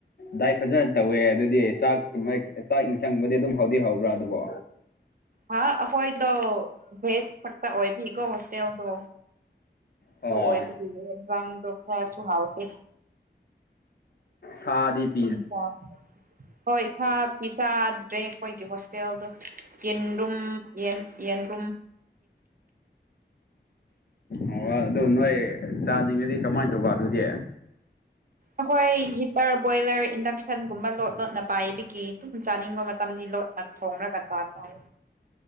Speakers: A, on the left; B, on the right.
A: ꯗꯥꯏꯠ ꯐꯖꯅ ꯇꯧꯋꯦ ꯑꯗꯨꯗꯤ ꯆꯥꯛ ꯀꯃꯥꯏ ꯆꯥꯛ ꯏꯟꯁꯥꯡꯕꯨꯗꯤ ꯑꯗꯨꯝ ꯍꯥꯎꯗꯤ ꯍꯧꯕ꯭ꯔꯥ ꯑꯗꯨꯕꯣ
B: ꯍꯥ ꯑꯩꯈꯣꯏꯗꯣ ꯚꯦꯠ ꯈꯛꯇ ꯑꯣꯏꯕꯤꯀꯣ ꯍꯤꯁꯇꯦꯜꯗꯣ
A: ꯑꯣ
B: ꯑꯗꯨ ꯑꯣꯏꯕꯗꯤ ꯏꯟꯖꯥꯡꯗꯣ ꯈꯔꯁꯨ ꯍꯥꯎꯇꯦ
A: ꯁꯥꯗꯤꯞ
B: ꯄꯥ <unintelligible> ꯍꯣꯏ ꯏꯁꯥ ꯗꯤ ꯆꯥꯗ꯭ꯔꯦ ꯑꯩꯈꯣꯏꯒꯤ ꯍꯣꯁꯇꯦꯜꯗꯣ ꯌꯦꯟ ꯔꯨꯝ ꯌꯦꯟ ꯌꯦꯟꯔꯨꯝ
A: ꯑꯣ ꯑꯗꯨ ꯅꯣꯏ ꯆꯥꯅꯤꯡꯉꯗꯤ ꯀꯃꯥꯏ ꯇꯧꯕ ꯑꯗꯨꯗꯤ
B: ꯑꯈꯣꯏ ꯍꯤꯇꯔ ꯕꯣꯏꯂꯔ ꯏꯟꯗꯛꯁꯟꯒꯨꯝꯕ ꯂꯣꯠ ꯂꯣꯠꯅ ꯄꯥꯏꯕꯒꯤ ꯑꯗꯨꯨꯝ ꯆꯥꯅꯤꯡꯕ ꯃꯇꯝꯗꯤ ꯂꯣꯠ ꯊꯣꯡꯔꯒ ꯆꯥꯊꯣꯛꯏ